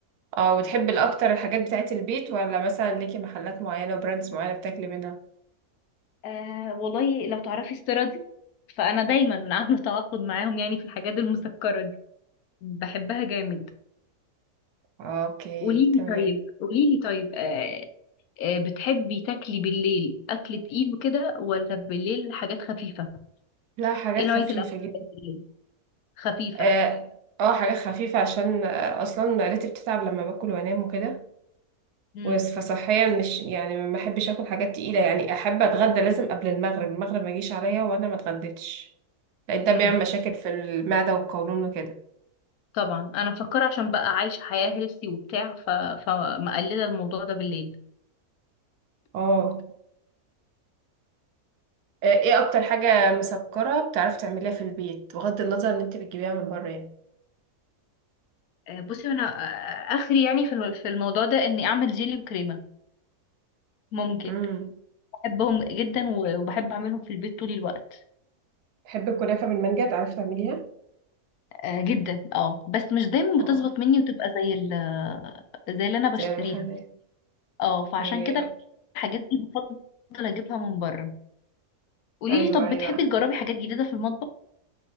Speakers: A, on the right (about 80°); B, on the left (about 75°).
A: اه وتحبي الاكتر الحاجات بتاعت البيت ولا مثلا ليكي محلات معينة وبراندز معينة بتاكلي منها
B: آه والله لو تعرفي استيرادي فانا دايما <laughs> عامله تعاقد معاهم يعني في الحاجات المسكره دي بحبها جامد
A: اوكي
B: قوليلي
A: تمام
B: طيب قوليلي طيب آه آه بتحبي تاكلي بالليل اكل تقيل وكده ولا بالليل حاجات خفيفه
A: لا حاجات
B: ايه نوعيه
A: خفيفة
B: الاكل اللي
A: جدا
B: بتحبي بالليل خفيفه
A: اه آه، حاجات خفيفة عشان آه، اصلا معدتي بتتعب لما باكل وانام وكده
B: امم
A: وس- فصحيا مش يعني ما احبش اكل حاجات تقيلة يعني احب اتغدى لازم قبل المغرب المغرب ما يجيش عليا وانا ما اتغديتش لان ده
B: امم
A: بيعمل مشاكل في المعدة والقولون وكده
B: طبعا انا مفكره عشان بقى عايشه حياه هيلثي وبتاع ف... فمقلله الموضوع ده بالليل
A: اه آه، ايه اكتر حاجة مسكرة بتعرفي تعمليها في البيت بغض النظر ان انت بتجيبيها من بره يعني
B: آه بصي انا آه آه، اخري يعني في الم- في الموضوع ده اني اعمل جيلي وكريمه ممكن
A: امم
B: بحبهم جدا و- وبحب اعملهم في البيت طول الوقت
A: بحب الكنافة بالمانجا تعرفي تعمليها
B: آه جدا اه بس مش دايما
A: اه
B: بتظبط مني وتبقى زي ال زي اللي انا بشتريها
A: زي المحلات
B: اه فعشان
A: إيه.
B: كده الحاجات دي بفضل اجيبها من بره قولي
A: أيوة
B: لي طب
A: أيوة
B: بتحبي تجربي حاجات جديدة في المطبخ